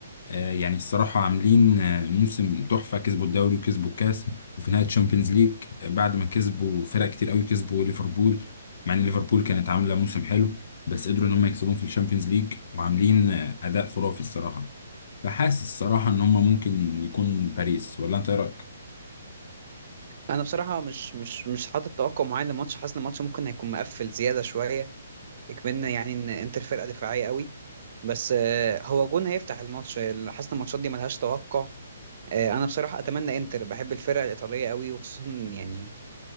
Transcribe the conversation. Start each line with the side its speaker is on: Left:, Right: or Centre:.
Left: آه، يعني الصراحة عاملين آه، موسم تحفة كسبوا الدوري وكسبوا الكاس وفي نهاية الشامبيونز ليج آه، بعد ما كسبوا فرق كتير قوي كسبوا ليفربول مع ان ليفربول كانت عاملة موسم حلو بس قدروا ان هم يكسبوهم في الشامبيونز ليج وعاملين آه، أداء خرافي الصراحة فحاسس الصراحة ان هم ممكن يكون باريس ولا انت إيه رأيك؟
Right: انا بصراحه مش مش مش حاطط توقع معين للماتش حاسس ان الماتش ممكن هيكون مقفل زياده شويه يكملنا يعني ان انتر فرقه دفاعيه قوي بس آه، هو جون هيفتح الماتش حاسس ان الماتشات دي ملهاش توقع آه، انا بصراحه اتمنى انتر بحب الفرقه الايطاليه قوي وخصوصا يعني